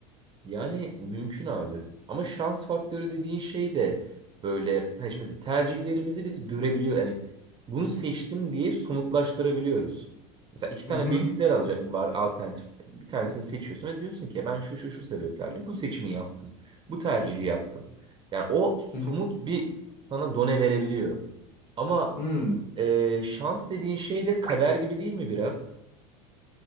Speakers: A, on the right; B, on the left.
A: Yani mümkün abi. Ama şans faktörü dediğin şey de böyle hani işte mesela tercihlerimizi biz görebiliyor. Yani bunu seçtim diye somutlaştırabiliyoruz. Mesela iki tane
B: Hı hı.
A: bilgisayar alacak var alternatif. Bir tanesini seçiyorsun ve diyorsun ki ben şu şu şu sebeplerle bu seçimi yaptım. Bu tercihi yaptım. Yani o somut
B: Hı hı.
A: bir sana done verebiliyor. Ama
B: Hmm.
A: e, şans dediğin şey de kader gibi değil mi biraz?